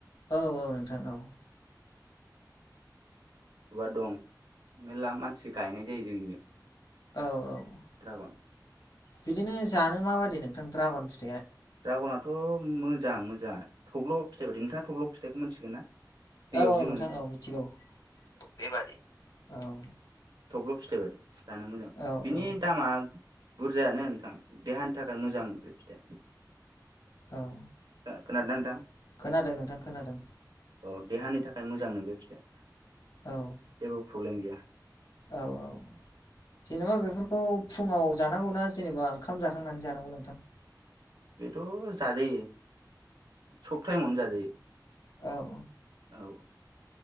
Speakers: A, on the left; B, on the right.
A: औ औ नोंथां औ
B: गुवार दं मेरला मानसि गायनाय जायो जोंनिजों
A: औ औ औ
B: दड्रागन
A: बिदिनो जानो माबायदि नोंथां दड्रागन फि
B: ड्रागनाथ' मोजां मोजांया थब्ल' फिथाइ बायदि नोंथाङा थब्ल' फिथाइखौ मिथिगोन ना दैयाव
A: औ औ
B: जे
A: नोंथां
B: मोनो
A: औ मिथिगौ बेबादि औ
B: थब्ल' फिथाइ बाददि फिथानो मोजां
A: औ
B: बिनि
A: औ
B: दामा बुरजायानो नोंथां देहानि थाखाय मोजां बे फिथाया
A: दाउ
B: खोनादोंना नोंथां
A: खोनादों नोंथां खोनादों
B: औ देहानि थाखाय मोजां नंगो फिथाइ
A: औ
B: जेबो प्रब्लेम गैया
A: औ औ जेनेबा बेफोरखौ फुङाव जानांगौना जेनबा ओंखाम जाखांनानै जानांगौ नोंथां
B: बेथ' जाजायो सब टाइमावनो जाजायो
A: औ
B: औ